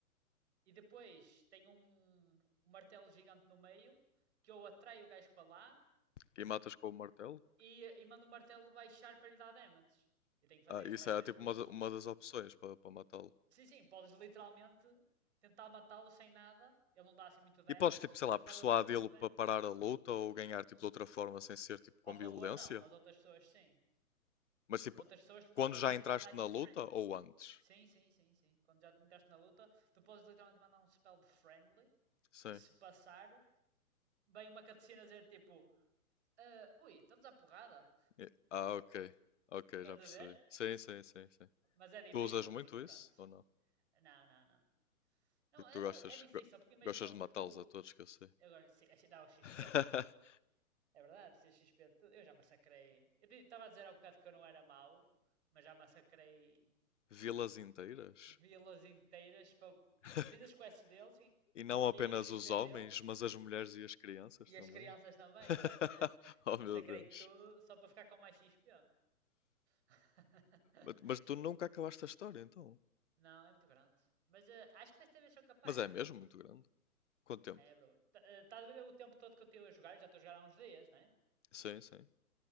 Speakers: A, on the right; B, on the left.
A: E depois tem um, um martelo gigante no meio que ou atrai o gajo para lá
B: E matas com o martelo?
A: e, e mando o martelo baixar para lhe dar damage. Eu tenho que
B: Ah,
A: fazer isso
B: isso
A: para aí
B: é
A: três
B: tipo
A: vezes.
B: uma, da- uma das opções para para matá-lo.
A: Sim, sim, podes literalmente tentar matá-lo sem nada. Ele não dá assim muito damage,
B: E podes, tipo, sei lá,
A: mas
B: persuadi-lo
A: leva muito pouco damage.
B: para parar a luta ou ganhar, tipo, de outra forma sem ser, tipo, com
A: Ao robô
B: violência?
A: não, mas outras pessoas sim.
B: Mas tipo,
A: Outras pessoas tu podes
B: quando já
A: literalmente
B: entraste
A: dar-lhe
B: na
A: friendly.
B: luta ou antes?
A: Sim, sim, sim, sim. Quando já te entraste na luta, tu podes literalmente mandar um spell de friendly,
B: Sim.
A: que se passar, vem uma cutscene a dizer tipo, ah, ui, estamos à porrada.
B: E- Ah, ok. Ok,
A: Estás
B: já percebi.
A: a ver?
B: Sim, sim, sim, sim.
A: Mas é difícil,
B: Tu usas muito
A: porque pronto.
B: isso ou não?
A: Não, não, não. Não,
B: Porque
A: é,
B: tu gostas,
A: não- é difícil,
B: go-
A: porque imagina
B: gostas de matá-los
A: o.
B: a todos que eu sei.
A: Agora, se, se dá o XP,
B: <laughs>
A: estás a ver? É verdade, se é XP, tu- eu já massacrei. Eu estava a dizer há bocado que eu não era mau, mas já massacrei
B: Vilas inteiras?
A: vilas inteiras. Para...
B: <laughs>
A: Fiz as quests deles, gan-
B: E não
A: ganhei
B: apenas
A: os x
B: os
A: XPs
B: homens,
A: deles
B: mas as mulheres e as crianças
A: e
B: também.
A: as crianças também,
B: <laughs>
A: exatamente.
B: Oh
A: Massacrei
B: meu Deus.
A: tudo só para ficar com mais x XP. <laughs>
B: Mas, mas tu nunca acabaste a história, então.
A: Não, é muito grande. Mas eh, acho que desta vez sou capaz.
B: Mas é mesmo muito grande. Quanto tempo?
A: É, bro. Tá- eh, Estás a ver o tempo todo que eu estive a jogar? Eu Já estou a jogar há uns dias, né?
B: Sim, sim.